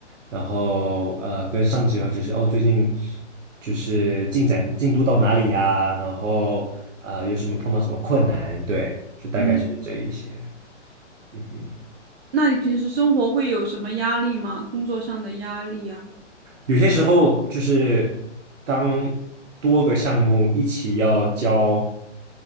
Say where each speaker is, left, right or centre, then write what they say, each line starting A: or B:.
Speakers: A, on the right; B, on the right.
A: 然后呃，跟上级的话就是哦，最近就是进展进度到哪里呀？然后啊，呃有什么碰到什么困难？对，就大概就是这一些。
B: 嗯，
A: 嗯哼，
B: 那你平时生活会有什么压力吗？工作上的压力呀？
A: 有些时候就是当多个项目一起要交。